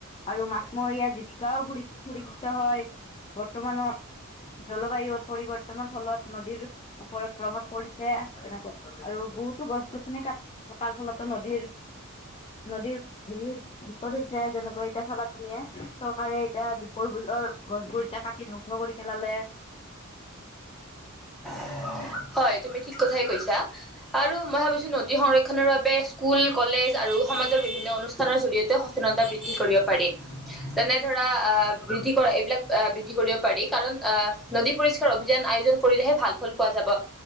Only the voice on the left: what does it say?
আৰু মাছমৰীয়া জীৱিকাও হোৰি সুৰিক্ষিত হয়। বৰ্তমানৰ জলবায়ু পৰিৱৰ্তনৰ ফলত নদীৰ ওপৰত প্ৰভাৱ পৰিছে তেনেকৈ আৰু বহুতো গছ গছনি কাট কটাৰ ফলতো নদীৰ নদীৰ হেৰি হৈছে। বিপদ হৈছে যেনেকৈ এতিয়া চালা তুমিয়ে চৰকাৰে এতিয়া দীপৰ বিলৰ গছ বোৰ এতিয়া কাটি ধংস ধংস কৰি পেলালে।